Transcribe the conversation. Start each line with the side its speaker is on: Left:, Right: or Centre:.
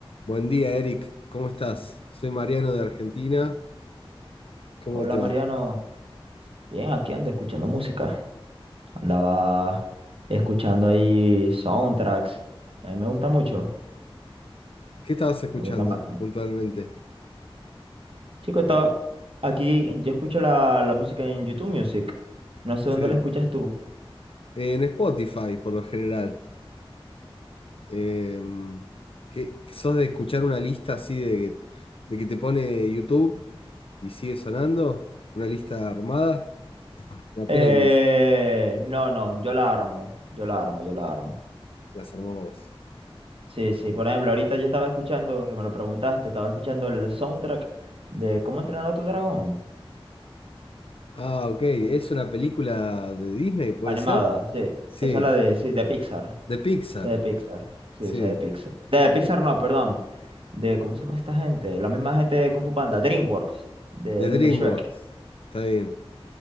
Left: Buen día, Eric. ¿Cómo estás? Soy Mariano de Argentina. ¿Cómo
Right: Hola
Left: te va?
Right: Mariano, bien, aquí ando escuchando música. Andaba escuchando ahí soundtracks, que a mí me gusta mucho.
Left: ¿Qué estabas escuchando
Right: Me gustan ba-
Left: puntualmente?
Right: Chico, estaba aquí, yo escucho la, la música en YouTube Music. No sé
Left: Sí.
Right: dónde la escuchas tú.
Left: En Spotify, por lo general. Eh, ¿qué, sos de escuchar una lista así de, de que te pone YouTube y sigue sonando? ¿Una lista armada? Una playlist.
Right: Eh, no, no, yo la armo, yo la armo, yo la armo.
Left: Las armás vos.
Right: Sí, sí, por ejemplo, ahorita yo estaba escuchando, que me lo preguntaste, estaba escuchando el soundtrack de ¿Cómo entrenar a tu dragón?
Left: Ah, ok. ¿Es una película de Disney, puede
Right: Animada,
Left: ser?
Right: sí.
Left: Sí.
Right: Esa es la de, sí, de Pixar.
Left: De Pixar.
Right: Esa de Pixar. Sí,
Left: Sí.
Right: esa de Pixar. De Pixar no, perdón. De, ¿cómo se llama esta gente? La misma gente de Kung Fu Panda, DreamWorks, de
Left: De
Right: los
Left: DreamWorks.
Right: de Shrek.
Left: Está bien.